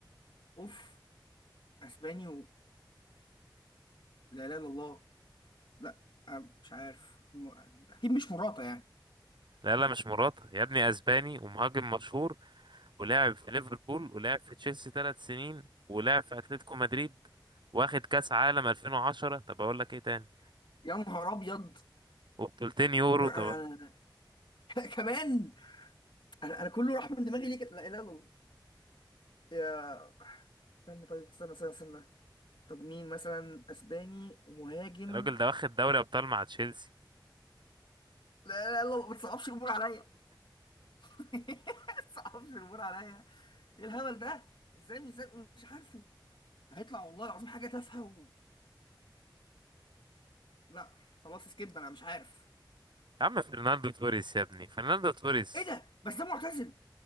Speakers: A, on the left; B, on the right.
A: اوف اسباني لا اله الا الله لا أنا مش عارف م... اكيد مش مراته يعني
B: لا لا مش مراته يا ابني اسباني ومهاجم مشهور ولعب في ليفربول ولعب في تشيلسي ثلاث سنين ولعب في اتلتيكو مدريد واخد كاس عالم 2010 طب اقول لك ايه تاني
A: يا نهار ابيض
B: وبطولتين يورو
A: أنا...
B: طب
A: <laughs> كمان انا انا كله راح من دماغي ليه كده لا اله الا الله يا استنى طيب استنى استنى استنى طب مين مثلا اسباني ومهاجم
B: الراجل <laughs> ده واخد دوري ابطال مع تشيلسي
A: لا لا لا ما تصعبش الامور عليا <laughs> ما تصعبش الامور عليا ايه الهبل ده ازاي مش مش عارفه هيطلع والله العظيم حاجه تافهه و... لا خلاص سكيب انا مش عارف
B: يا عم فرناندو توريس يا ابني فرناندو توريس
A: ايه ده بس ده معتزل